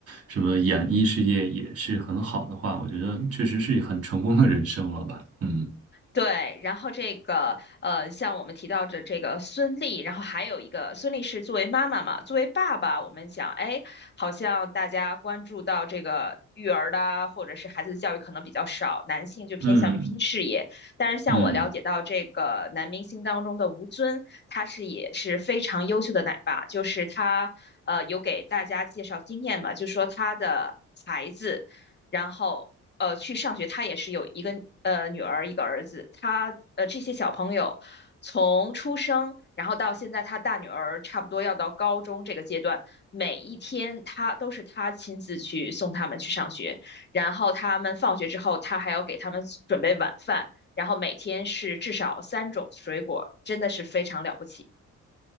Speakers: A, on the right; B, on the left.
A: 什么演艺事业也是很好的话，我觉得确实是很成功的人生了吧？嗯
B: 对，然后这个呃，像我们提到的这个孙俪，然后还有一个孙俪是作为妈妈嘛，作为爸爸，我们讲，哎，好像大家关注到这个育儿的啊，或者是孩子的教育可能比较少，男性就偏向于拼事业。
A: 嗯
B: 但是像我了解到这个男明星当中的吴尊，
A: 嗯。
B: 他是也是非常优秀的奶爸，就是他呃有给大家介绍经验嘛，就说他的孩子。然后呃去上学，他也是有一个呃女儿一个儿子，他呃这些小朋友从出生，然后到现在他大女儿差不多要到高中这个阶段，每一天他都是他亲自去送他们去上学，然后他们放学之后，他还要给他们准备晚饭，然后每天是至少三种水果，真的是非常了不起。